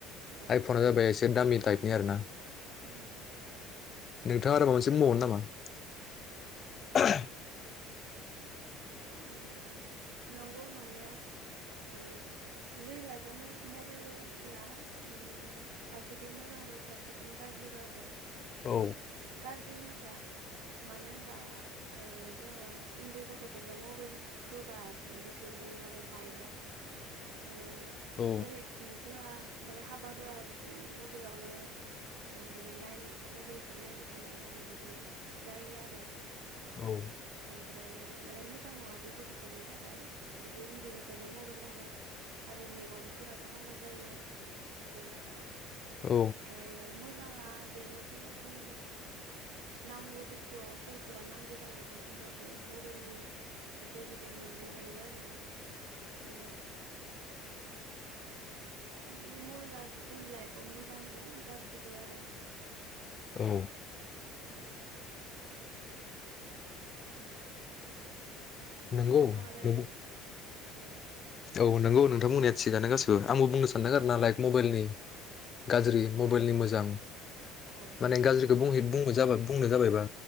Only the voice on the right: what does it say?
औ
उम
उम नंगौ नंनाया ओ जोंनि लाइफआव मबाइआ उम फारसेथिं मोजांबो फारसेथिं गाज्रिबो आरो गाज्रि
होनोब्ला मानो होनबा ओ जोङो उन्दै गथफोरनो मबेल होबा बिसोरनि माने माइन्दआ ओ
बेलेगथिं होआ माने हाबा होआ बिदि मबाइलावनो माने नाय मबाइलखौनो नायबाय थानो मानो बिदि जायो आरो
ओमफ्रायो माने मोजां नङा बे गथ'फोरनि थाखाय। बिदि उन्दैनिफ्रायनो मबाइल नायनाय आरो मेगनफोराबो हामा जायो। बे आरो
ओमफ्रायो मोजाङा बेनो जे जों नांगौ बुस्थुआव सोरखौबा नांगौ जाब्रबा जोङो बे मबाइलनि गेजेरै मोननो हायो आरो ओं माने मबाइला जोंनि लाइफआव मोजांबो गाज्रिबो आरो।
उम
नोंथाङालाय औ
औ
औ